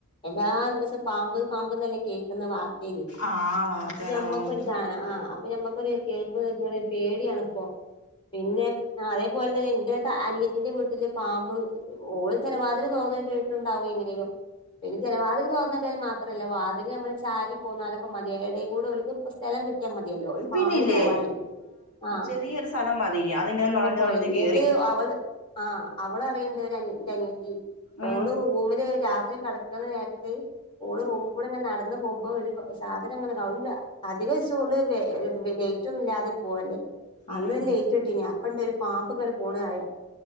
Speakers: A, on the left; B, on the left.
A: എല്ലാ ദിവസവും പാമ്പ് പാമ്പ്ന്നല്ലെ കേൾക്കുന്ന വാർത്ത യില്
B: ആഹ് വാർത്തേൽ
A: അപ്പൊ ഞമ്മക്കൊരു
B: ആഹ്
A: ഇതാണ് ആഹ് അപ്പൊ ഞമ്മക്കൊരു കേൾക്ക <unintelligible> പേടിയാണ്പ്പോ പിന്നെ ആഹ് അതേപോലെ എന്റെ അനിയത്തിന്റെ വീട്ടില് പാമ്പ് ഓള് ജനവാതില് തുറന്നിട്ടിട്ടുണ്ടാവും എങ്ങനേലും പിന്നെ ജനവാതിൽ തൊറന്നിടൽ മാത്രല്ല വാതില് നമ്മള് ചാരി പോന്നാലൊക്കെ മതി എടേ കൂടെ ഓൽ ക്ക് സ്ഥലം കിട്ടിയാല് മതിയല്ലോ ഒരു പാമ്പിന്
B: പിന്നില്ലേ
A: പോവാനുണ്ട് ആഹ്
B: ചെറിയൊരു സ്ഥലം മതി അതിങ്ങനെ
A: സ്ഥലം
B: നുഴഞ്ഞ്
A: പോയി
B: നുഴഞ്ഞ്
A: എന്നിട്ട്
B: കേറി
A: അവള് ആഹ് അവള് അറിയണ്ട് ഒരു ന്റെ അനിയത്തി
B: ഉം
A: ഓള് റൂമില് രാത്രി കട ക്ക്ണ നേരത്ത് ഓള് റൂമ്കൂടെങ്ങെനെ നടന്ന് പോകുമ്പോ ഒരു സാധനം ഇങ്ങനെ അതും അധിക ദിവസോം ഓള് വെ ലൈറ്റ് റ്റും ഇല്ലാതെ പോവല് അന്ന്
B: ഉം
A: ഓല് ലൈറ്റ് ഇട്ടിനു അപ്പണ്ട് ഒരു പാമ്പ് ഇങ്ങനെ പോണെ പറയാ